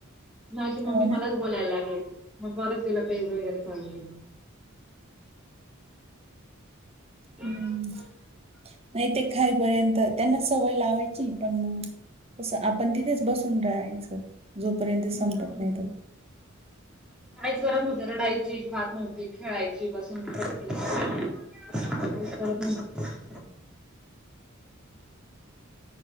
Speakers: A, in the centre; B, on the right.
A: माझी मम्मी
B: हो ना
A: मलाच बोलायला लागले. मग परत तिला पेज वगैरे चालू केली. अ
B: हम्म.
A: <unintelligible>
B: नाही ते खाईपर्यंत त्यांना सवय लावायची पण मग. कसं आपण तिथेच बसून राहायचं. जोपर्यंत
A: हम्म.
B: संपत नाही तोपर्यंत
A: काहीच गरम रडायची, खात नव्हती, खेळायची बस. नन्तर खायची, काहीच करत नव्हती.